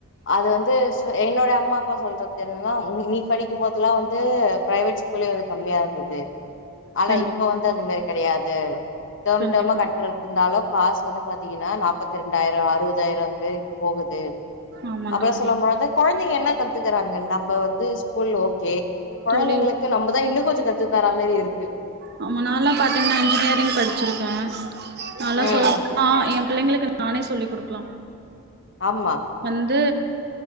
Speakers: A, on the left (about 60°); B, on the right (about 50°).
A: அது வந்து சு என்னோட அம்மா அப்பா சொல்ற தென்னனா நீ படிக்கும்போதல்லா வந்து ப்ரைவேட் ஸ்கூலே வந்து கம்மியா இருந்தது ஆனா
B: கண்டிப்பா
A: இப்ப வந் து
B: தோழி
A: அதுமாரி கடையாது டெர்ம்
B: கண்டிப்பா
A: டெர்மா கட்டறது இருந்தாலு காசு வந்து பாத்தீங்கன்னா நாப்பத்திரெண்டாய்ரோ அறுவதாய்ரோ வந்து போகுது
B: ஆமா
A: அப்புலா
B: தோழி
A: சொல்லும்போது கொழந்தைங்க என்ன கத்துக்கறாங்கன்தா நம்ம வந்து ஸ்கூல்ல ஓ கே கொழந்தைங்களுக்கு
B: தோழி
A: நம்மதா இன்னு கொஞ்சோ கத்து தராமாரி இருக்கு
B: நம்ம நாளா பாத்தீங்கன்னா இன்ஜினியரிங் படிச்சிருக்க நா எல்லா
A: ம்
B: சொல்ல போனா எ பிள்ளைங்களுக்கு நானே சொல்லி் குடுக்கலா
A: ஆமா
B: வந்தூ